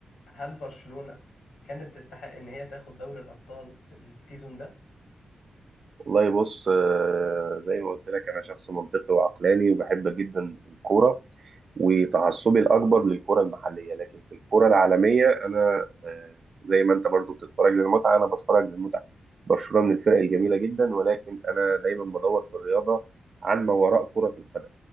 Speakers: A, on the left (about 80°); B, on the right (about 55°).
A: هل برشلونة كانت تستحق إن هي تاخد دوري الأبطال السيزون ده؟
B: والله بص آه، زي ما قلت لك انا شخص منطقي وعقلاني وبحب جدا الكوره وتعصبي الاكبر للكره المحليه لكن في الكره العالميه انا آه، زي ما انت برضو بتتفرج للمتعه انا بتفرج للمتعه برشلونه من الفرق الجميله جدا ولكن انا دايما بدور في الرياضه عن ما وراء كره القدم